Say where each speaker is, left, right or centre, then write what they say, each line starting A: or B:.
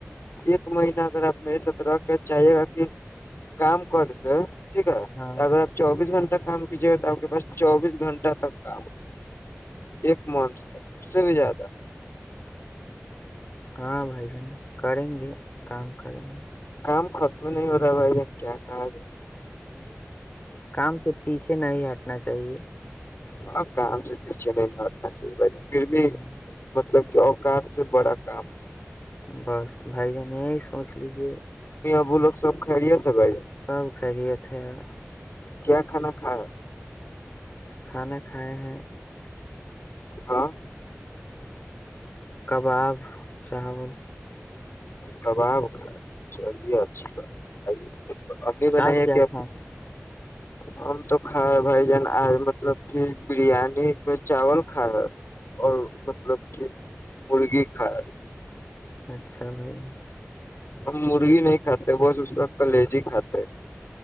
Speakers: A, on the left; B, on the left.
A: ایک مہینہ اگر آپ م ایسا ر کے چاہیے گا کہ کام کر دیں ٹھیک ہے
B: ہاں
A: اگر آپ چوبیس گھنٹے کام کیجیے گا تو آپ کے پاس چوبیس گھنٹہ تک کام ایک منتھ تک اس سے بھی زیادہ
B: ہاں بھائی جان کریں گے کام کریں گے
A: کام ختم نہیں ہو رہا بھائی جن کیا کہا ج
B: کام سے پیچھے نہیں ہٹنا چاہیے
A: اور کم سے دیچے نہیں ب پھر بھی
B: ہاں،
A: مطلب اوقات سے بڑا کام
B: بس بھائی جان یہی سوچ لیجیے
A: ا وہ لو سب خھریےت بائی
B: سب خری تھ ہیں
A: کیا کھانا کھا
B: کھانا کھائے ہیں
A: ہاں
B: کباب چاول
A: کباب چلی ا بائی امی بنائی
B: آپ
A: ہے
B: کیا
A: کہ
B: کھائیں
A: ہم تو کھا بھائی جان آ مطلب کہ بریانی میں چاول کھا ہے اور مطلب کہ مرغی کائے
B: اچھا بھائی جان،
A: ہم مرغی نہیں کھاتے بس اس کا کلیجی کھاتے ہے